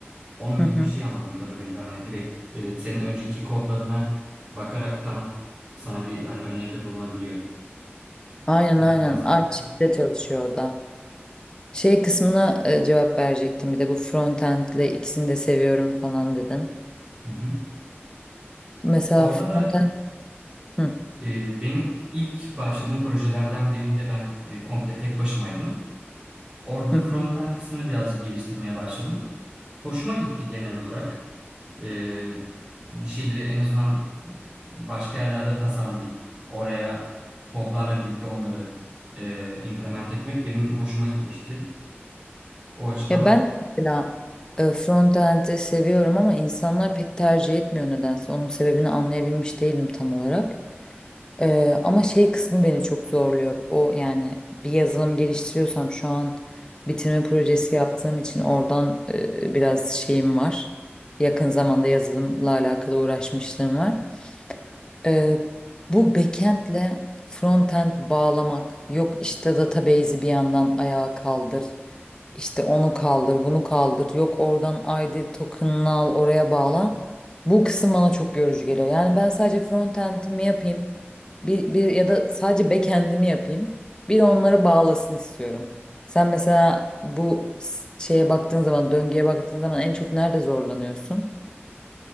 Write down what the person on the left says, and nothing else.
Hı
hı.
Aynen
aynen.
Aynı
şekilde çalışıyor o da. Şey kısmına e, cevap verecektim bir de bu frontend'le ikisini de seviyorum falan dedin.
Mesela
frontend
hı,
hı,
hı.
Ya ben mesela e, frontend'i seviyorum ama insanlar pek tercih etmiyor nedense. Onun sebebini anlayabilmiş değilim tam olarak. Ee, ama şey kısmı beni çok zorluyor. O yani bir yazılım geliştiriyorsam şu an bitirme projesi yaptığım için oradan e, biraz şeyim var. Yakın zamanda yazılımla alakalı uğraşmışlığım var. Ee, bu backend'le frontend bağlamak, yok işte database'i bir yandan ayağa kaldır. İşte onu kaldır, bunu kaldır. Yok oradan ID token'ını al, oraya bağla. Bu kısım bana çok yorucu geliyor. Yani ben sadece frontend'imi yapayım. Bir, bir ya da sadece backend'imi yapayım. Bir onları bağlasın istiyorum. Sen mesela bu s- şeye baktığın zaman, döngüye baktığın zaman en çok nerede zorlanıyorsun?